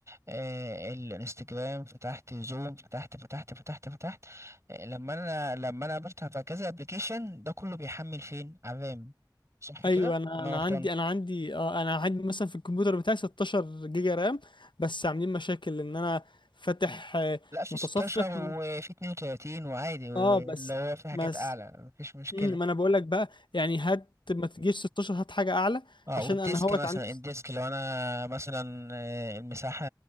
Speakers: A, on the right; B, on the left.
A: آه، الانستجرام فتحت زوم فتحت فتحت فتحت فتحت آه، لما انا لما انا بفتح بقى كذا ابلكيشن ده كله بيحمل فين على الرام صح
B: ايوه
A: كده
B: انا
A: ولا
B: انا
A: انا غلطان
B: عندي انا عندي اه انا عندي مثلا في الكمبيوتر بتاعي 16 جيجا رام بس عاملين مشاكل ان انا فاتح آه،
A: لا في
B: متصفح
A: 16
B: و...
A: وفي 32 وعادي واللي
B: اه بس
A: هو في حاجات
B: بس
A: اعلى مفيش مشكله
B: مم، ما انا بقول لك بقى يعني هات ما تجيش 16 هات حاجه اعلى
A: اه
B: عشان
A: والديسك
B: انا هوت
A: مثلا
B: عندي
A: الديسك لو انا مثلا آه، المساحه